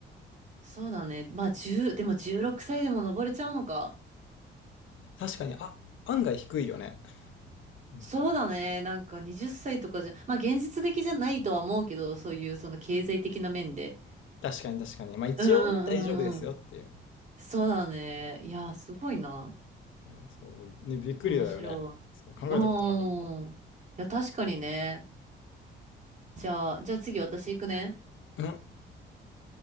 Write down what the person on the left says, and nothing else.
確かに、あ、案外低いよね。うん、
確かに確かに。まあ一応大丈夫ですよっていう。
うんそう、ね、びっくりだよね。
そう、考えたことなかっ
た。うん、